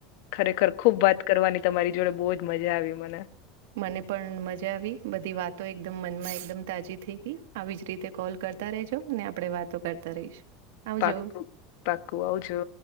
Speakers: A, on the left (about 70°); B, on the right (about 80°).
A: ખરેખર ખુબ વાત કરવાની તમારી જોડે બહુ જ મજા આવી મને
B: મને પણ મજા આવી બધી વાતો એકદમ મનમાં એકદમ તાજી થઈ ગઈ આવી જ રીતે કોલ કરતા રેજો ને આપણે વાતો કરતા રહીશું આવજો
A: પાકું, પાકું, આવજો.